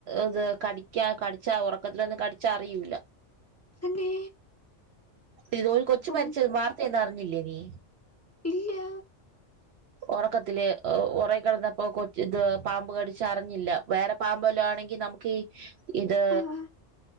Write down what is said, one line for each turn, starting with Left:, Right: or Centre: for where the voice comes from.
Right: ഇത് കടിക്കാ കടിച്ചാ ഒറക്കത്തിലൊന്നും കടിച്ചാ അറിയൂല
Left: തന്നെ
Right: ഇത് ഒരു കൊച്ചു
Left: ഉം
Right: മരിച്ചത് വാർത്തേന്നും അറിഞ്ഞില്ലേ നീ
Left: ഇല്ല
Right: ഒറക്കത്തില് ഒ ഒറങ്ങി കെടന്നപ്പോ കൊച്ച് ഇത് പാമ്പ് കടിച്ച അറിഞ്ഞില്ല വേറെ പാമ്പ് വല്ലോം ആണെങ്കി നമുക്കീ ഇത്
Left: ആഹ്